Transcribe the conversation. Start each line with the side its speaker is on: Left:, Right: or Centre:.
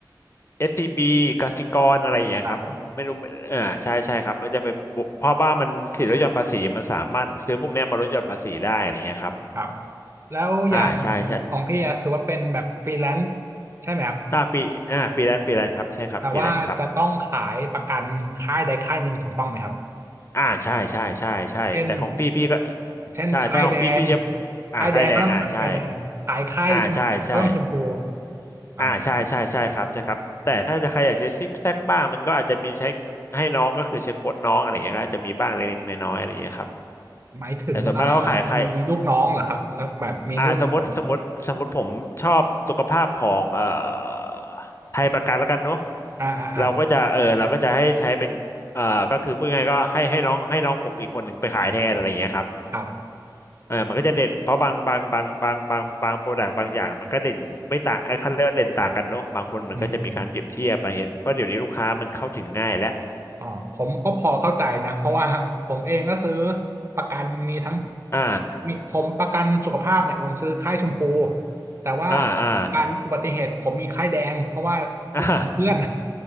Left: s c ีบีกสิกรอะไรอย่างเงี้ยครับไม่รู้ไม่เออใช่ใช่ครับก็จะไปบวกเพราะว่ามันสิทธิลดหย่อนภาษีมันสามารถซื้อพวกเนี้ยมาลดหย่อนภาษีได้อะไรอย่างเงี้ยครับ
Right: ครับครับแล้วอย่าง
Left: อ่าใช่ใช่
Right: ของพี่อะถือว่าเป็นแบบฟรีแลนซ์ใช่ไหมครับ
Left: อ่าฟรีอ่าฟรีแลนซ์ฟรีแลนซ์ครับใช่ครับฟรีแลนซ์ครับ
Right: แต่ว่าจะต้องขายประกันค่ายใดค่ายหนึ่งถูกต้องไหมครับ
Left: อ่าใช่ใช่ใช่ใช่แต่ของพี่พี่ก็
Right: เช่นเช่นค่ายแดง
Left: ใช่ถ้าของพี่พี่จะอ่าค่ายแรงอ่าใช่
Right: ค่ายแดงก็ต้องขายค่ายแดงขายค่ายชมพูก็ต้องชมพู
Left: อ่าใช่ใช่
Right: อ่า
Left: อ่าใช่ใช่ใช่ครับใช่ครับแต่ถ้าจะใครอยากจะซิกแซกบ้างมันก็อาจจะมีใช้ให้น้องก็คือใช้โค้ดน้องอะไรอย่างเงี้ยก็อาจจะมีบ้างเล็กๆน้อยๆอะไรอย่างเงี้ยครับ
Right: หมายถึงว่า
Left: แต่ส่วนมากเขาขายใคร
Right: มีลูกน้องเหรอครับแล้วแบบมีรุ่นน้อง
Left: อ่าสมมติสมมติสมมติผมชอบสุขภาพของเอ่อไทยประกันแล้วกันเนาะ
Right: อ่าอ่าอ่า
Left: เราก็จะเออเราก็จะให้ใช้เป็นเอ่อก็คือพูดง่ายๆก็ให้ให้น้องให้น้องผมอีกคนหนึ่งไปขายแทนอะไรอย่างเงี้ยครับ
Right: ครับ
Left: เออมันก็จะเด่นเพราะบางบางบางบางบางบางโปรดักต์บางอย่างมันก็เด่นไม่ต่างไอ้คันเรียกว่าเด่นต่างกันเนาะบางคนมันก็จะมีการเปรียบเทียบอะไรเห็นเพราะเดี๋ยวนี้ลูกค้ามันเข้าถึงง่ายแล้ว
Right: อืมอืมอมอ๋อผมก็พอเข้าใจนะเพราะว่าผมเองก็ซื้อประกันมีทั้ง
Left: อ่า
Right: มีผมประกันสุขภาพเนี่ยผมซื้อค่ายชมพูแต่ว่า
Left: อ่าอ่า
Right: ประการอุบัติเหตุผมมีค่ายแดงเพราะว่าอุดหนุนเพื่อน
Left: อ่า